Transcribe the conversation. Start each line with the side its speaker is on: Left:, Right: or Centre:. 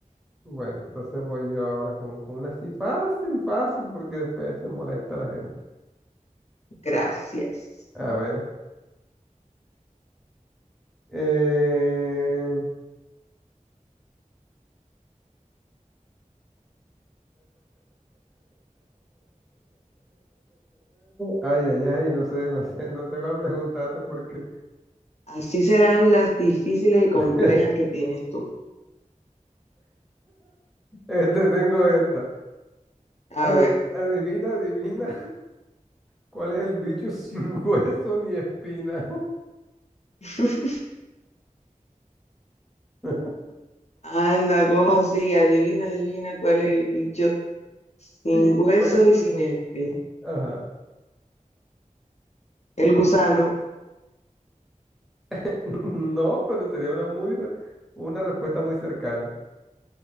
Centre: Bueno, entonces voy yo ahora con, con una así fácil, fácil, porque después se molesta la gente.
Left: Gracias.
Centre: A ver. eh, Ay, ay, ay, no sé, no sé, no sé cuál preguntaste porque
Left: Así serán las difíciles y complejas
Centre: <laughs>
Left: que tienes tú.
Centre: este tengo esta.
Left: A
Centre: Adi-
Left: ver,
Centre: adivina, adivina cuál es el bicho sin <laughs> hueso ni espina.
Left: <laughs>
Centre: <laughs>
Left: anda, ¿cómo así? Adivina, adivina cuál es el bicho sin
Centre: Sin
Left: hueso
Centre: hueso,
Left: y sin espi.
Centre: ajá.
Left: El gusano.
Centre: <laughs> No, pero sería una muy re- una respuesta muy cercana.